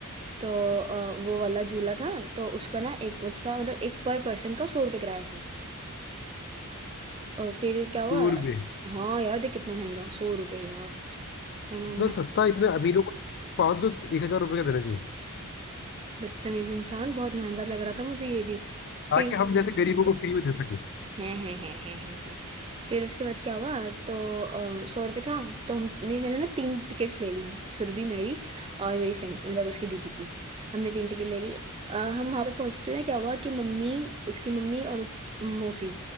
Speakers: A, on the right; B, on the left.
A: तो अ, वो वाला झूला था तो उसका ना एक उसका मतलब एक पर पर्सन का सौ रुपये किराया था और फिर क्या हुआ
B: टूर में
A: हाँ यार देख कितना महंगा सौ रुपये यार है ना
B: इतना सस्ता इतने अमीरों को पाँच सौ एक हजार रुपये का देना चाहिए
A: बदतमीज इंसान बहुत महंगा लग रहा था मुझे ये भी
B: ताकि
A: फिर उस-
B: हम जैसे गरीबों को फ्री में दे सके
A: हैं हैं हैं हैं हैं हैं फिर उसके बाद क्या हुआ तो सौ रुपये था तो हमने मैंने ना तीन टिकट्स ले ली सुरभि मेरी और मेरी फ्रेंड मतलब उसकी दीदी की हमने तीन टिकट ले ली अ, हम वहाँ पे पहुँचते ना क्या हुआ कि मम्मी उसकी मम्मी और उस मौसी